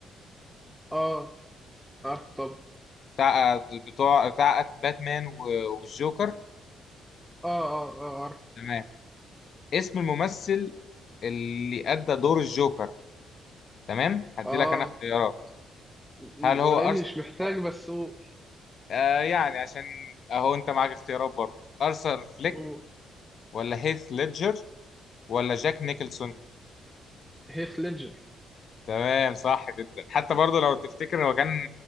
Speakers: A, in the centre; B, on the left.
A: اه عارف طب
B: بتاع بتوع بتاع باتمان و- والجوكر
A: اه اه اه عارف
B: تمام اسم الممثل اللي أدى دور الجوكر تمام هدي
A: اه
B: لك أنا اختيارات
A: م-
B: هل هو
A: ولاني
B: أرس
A: مش محتاج بس قول
B: آه يعني عشان أهو أنت معاك اختيارات برضه أرثر فليك
A: قول
B: ولا هيث ليدجر ولا جاك نيكلسون
A: هيث ليدجر
B: تمام صح جدا حتى برضه لو تفتكر هو كان